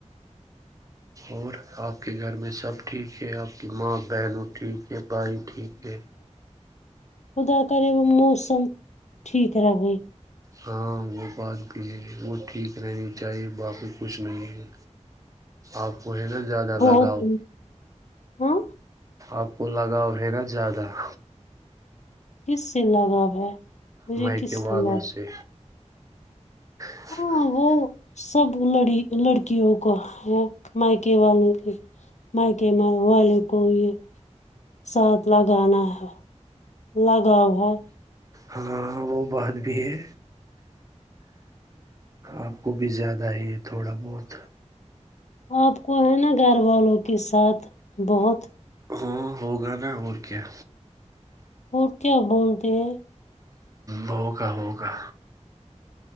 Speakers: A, on the right (about 30°); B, on the left (about 70°).
A: اور آپ کے گھر میں سب ٹھیک ہے آپ کہ ماں بہنوں ٹھیک ہے بھائی ٹھیک ہے
B: خدا کرے وہ موسم ٹھیک رہے
A: ہاں وہ بات بھی ہے وہ ٹھیک رہنی چاہیے باقی کچھ نہیں ہے آپ کو ہے نا زیادہ
B: بہت
A: لگاؤ
B: ہاں
A: آپ کو لگاؤ ہے نا زیادہ ہ
B: کس سے لگاؤ ہے مجھے
A: مائ
B: کس
A: کے والوں
B: لگ
A: سے ج
B: ہاں وہ سب لڑی لڑکیوں کو وہ مائکے والے کے مائک والے کو یہ ساتھ لگانا ہے لگؤ ہے
A: ہاں وہ بات بھی ہے آپ کو بھی زیادہ ہی تھوڑا بہت
B: آپ کو ہے نا گھر والوں کے ساتھ بہت
A: ہاں ہوگا نا اور کیا
B: پور کیایا بولتے ہیں
A: ہووگا ہوگا